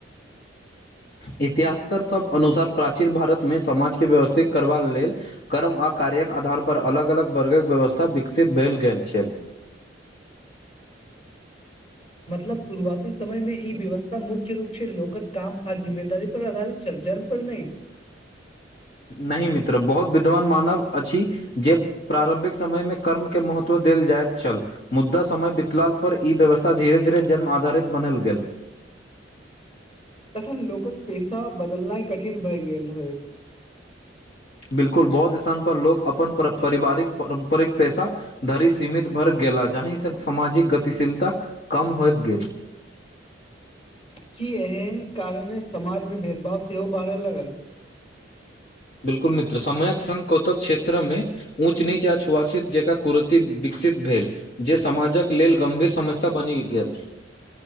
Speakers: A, on the left (about 55°); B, on the left (about 35°).
A: इतिहासकार सभ अनुसार प्राचीन भारतमे समाजके व्यवस्थित करबा लेल कर्म आ कार्य्यक आधार पर अलग अलग वर्गक व्यवस्था विकसित भेल गेल छेल
B: मतलब शुरुआती समय मे ई व्यवस्था मुख्य रूप से लोकक काम आ जिम्मेदार पर आधारित छल जन्म पर नहि
A: नहि मित्र बहुत विद्वान मानव अछि जे प्रारम्भिक समयमे कर्मके महत्व देल जाइत छल मुद्दा समय बितलाल पर ई व्यवस्था धीरे धीरे जन्म आधारित बनल गेल
B: तखन लोकक पेशा बदलनाइ कठिन भय गेल होय
A: बिल्कूल बहुत स्थान पर लोको अपन परारिवारिक पारम्परिक पैसा धरि सीमित भर गेला जाहिसँ सामाजिक गतिशीलता कम होइतत गेलऽ
B: कि एहि कारण ह समाज मे भेदभाव सेहो बढ़य लगल
A: बिल्कुल मित्र समयक सँ कतहु क्षेत्रमे ऊँच नीच आ छुआछित जकरा कुरति विकसित भेलऽ जे समाजक लेलऽ गम्भीर समस्या बनि गेल